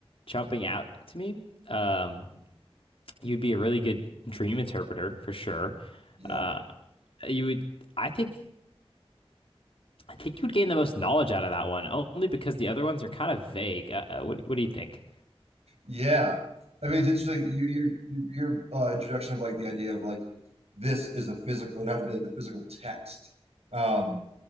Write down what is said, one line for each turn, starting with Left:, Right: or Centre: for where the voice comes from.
Left: jumping out to me um you'd be a really good dream interpreter for sure
Right: Yeah,
Left: uh you would I think I think you would gain the most knowledge out of that one only because the other ones are kind of vague uh, uh, what what do you think
Right: yeah. I mean, it's interesting. Your your, your uh, introduction of like the idea of like this is a physical. It'd have to be like a physical text. Um,